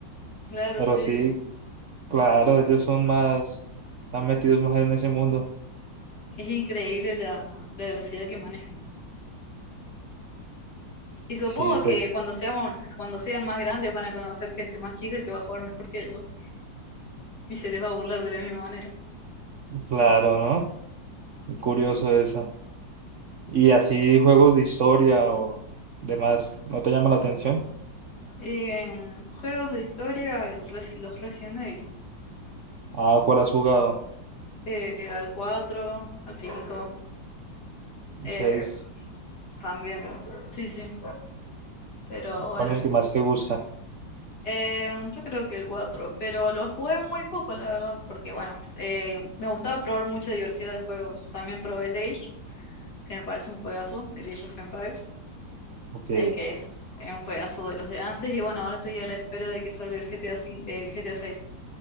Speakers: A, on the left; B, on the right.
A: Claro,
B: pero
A: sí.
B: sí, Claro, ellos son más, están metidos más en ese mundo.
A: Es increíble la la velocidad que manejan. Y supongo
B: Sí, pues,
A: que cuando seamos, que cuando sean más grandes van a conocer gente más chica que va a jugar mejor que ellos y se les va a burlar de la misma manera.
B: claro, ¿no? Curioso eso. ¿Y así juegos de historia o demás, no te llama la atención?
A: En juegos de historia, el res- los Resident Evil.
B: Ah, ¿cuál has jugado?
A: Eh, al 4 al 5 eh,
B: Seis.
A: también. Sí, sí. Pero bueno.
B: ¿Cuál es el que más te gusta?
A: Eh, yo creo que el cuatro pero lo jugué muy poco, la verdad, porque bueno, eh, me gustaba probar mucha diversidad de juegos. También probé el Age, que me parece un juegazo, el Age of Empires.
B: Ok.
A: Es que es un juegazo de los de antes y bueno, ahora estoy a la espera de que salga el GTA, cin- el GTA 6.